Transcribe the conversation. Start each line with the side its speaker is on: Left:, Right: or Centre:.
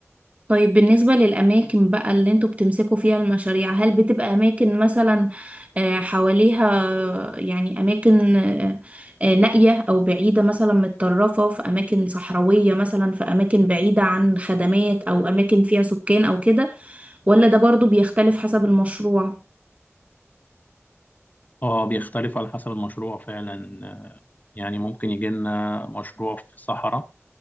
Right: طيب بالنسبة للأماكن بقى اللي انتوا بتمسكوا فيها المشاريع هل بتبقى أماكن مثلا آه، حواليها يعني أماكن آه، آه، نائية أو بعيدة مثلا متطرفة في أماكن صحراوية مثلا في أماكن بعيدة عن خدمات أو أماكن فيها سكان أو كده ولا ده برضو بيختلف حسب المشروع؟
Left: اه بيختلف على حسب المشروع فعلا آه، يعني ممكن يجي لنا مشروع في صحراء